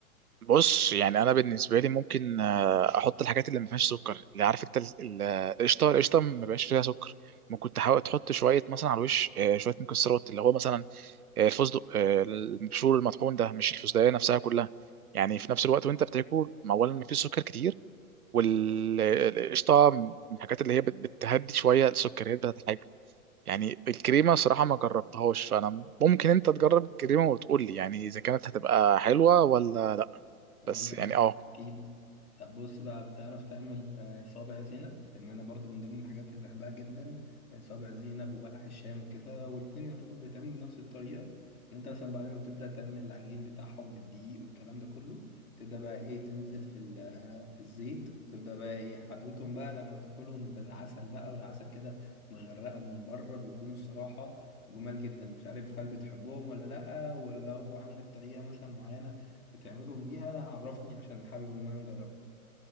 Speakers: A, on the right; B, on the left.
A: بص يعني انا بالنسبه لي ممكن آه، احط الحاجات اللي ما فيهاش سكر اللي عارف انت ال- ال- القشطه القشطه ما بقاش فيها سكر ممكن تحاول تحط شويه مثلا على الوش آه، شويه مكسرات اللي هو مثلا آه، الفستق آه، المبشور المطحون ده مش الفستقيه نفسها كلها يعني في نفس الوقت وانت بتاكل ما اولا ما فيش سكر كتير والقشطه من الحاجات اللي هي بت- بتهدي شويه السكريات بتاعت الحاجه يعني الكريمه صراحه ما جربتهاش فانا ممكن انت تجرب الكريمه وتقول لي يعني اذا كانت هتبقى حلوه ولا
B: اقول
A: بس
B: لك
A: يعني اه
B: اكيد طب بص بقى بتعرف تعمل آه، صابع زينب لان انا برضو من ضمن الحاجات اللي بحبها جدا آه، صابع زينب وبلح الشام وكده والاتنين يعتبر بيتعملوا بنفس الطريقه ان انت مثلا بعد ما تبدا تعمل العجين بتاعهم بالدقيق والكلام ده كله تبدا بقى ايه تنزل في ال- آه، في الزيت تبدا بقى ايه حلاوتهم بقى لما بتاكلهم بالعسل بقى والعسل كده مغرقهم من بره بيكونوا الصراحه جمال جدا مش عارف هل بتحبهم ولا لا ولو عندك طريقه مثلا معينه بتعملهم بيها عرفني عشان حابب ان انا اجربها